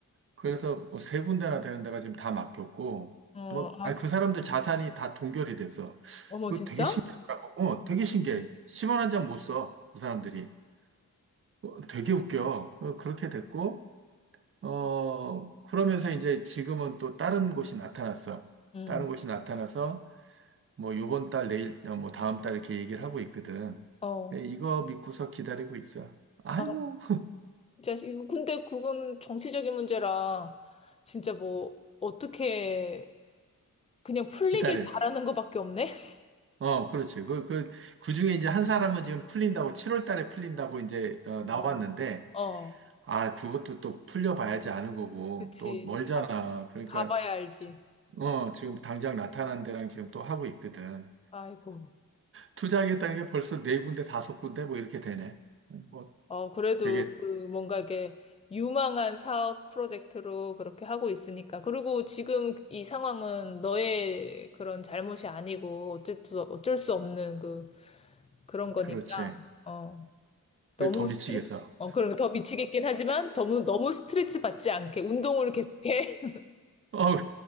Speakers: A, on the right; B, on the left.
A: 그래서 뭐 세 군데나 되는 데가 지금 다 맡겼고,
B: 어,
A: 뭐,
B: 아휴.
A: 아니, 그 사람들 자산이 다 동결이 됐어.
B: 어머,
A: 그
B: 진짜?
A: 되게 신기하더라고. 어, 되게 신기해. 10원 한 장 못 써. 그 사람들이. 어, 되게 웃겨. 어, 그렇게 됐고, 어, 그러면서 이제 지금은 또 다른 곳이 나타났어.
B: 응,
A: 다른 곳이 나타나서 뭐 요번 달 내일 어, 뭐 다음 달 이렇게 얘기를 하고 있거든.
B: 어.
A: 그래, 이거 믿고서 기다리고 있어. 아이고
B: 아, 진짜, 이거 근데 그건 정치적인 문제라 진짜 뭐, 어떻게 그냥 풀리길
A: 기다려.
B: 바라는 것밖에 없네? <laughs>
A: 어, 그렇지. 그, 그, 그 중에 이제 한 사람은 지금 풀린다고, 7월 달에 풀린다고 이제, 어, 나왔는데,
B: 어, 어.
A: 아, 그것도 또 풀려봐야지 아는 거고,
B: 그치.
A: 또 멀잖아.
B: 가봐.
A: 그러니까,
B: 가봐야 알지.
A: 지- 어, 지금 당장 나타난 데랑 지금 또 하고 있거든.
B: 아이고.
A: 투자하겠다는 게 벌써 네 군데, 다섯 군데 뭐 이렇게 되네. 뭐
B: 어, 그래도
A: 되게,
B: 그 뭔가 이렇게 유망한 사업 프로젝트로 그렇게 하고 있으니까. 그리고 지금 이 상황은 너의 그런 잘못이 아니고 어쩔 수, 어쩔 수 없는 그, 그런 거니까.
A: 그렇지.
B: 어,
A: 그게
B: 너무
A: 더 미치겠어.
B: 스트레스, 어, 그럼 더 미치겠긴 하지만 너무, 너무 스트레스 받지 않게 운동을 계속해.
A: 어, <laughs>